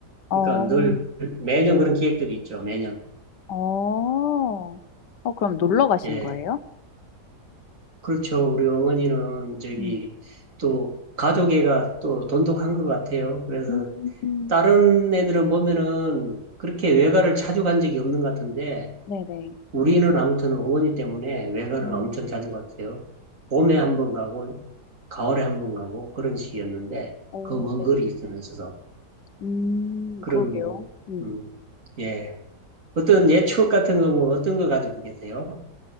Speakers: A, on the left; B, on the right.
A: 어,
B: 그러니까 늘 매년 그런 기획들이 있죠, 매년.
A: 어, 어, 그럼 놀러 가신
B: 예.
A: 거예요?
B: 그렇죠. 우리 어머니는 저기
A: 음,
B: 또 가족애가 또 돈독한 것 같아요. 그래서
A: 음,
B: 다른 애들은 보면은 그렇게 외가를 자주 간 적이 없는 것 같은데
A: 네네.
B: 우리는 아무튼 어머니 때문에 외가를
A: 음,
B: 엄청 자주 갔어요. 봄에 한번 가고 가을에 한번 가고 그런 식이었는데
A: 오,
B: 그 먼
A: 네.
B: 거리 있으면서도
A: 음,
B: 그런
A: 그러게요.
B: 뭐,
A: 음.
B: 음, 예. 어떤 예 추억 같은 거 뭐 어떤 거 가지고 계세요?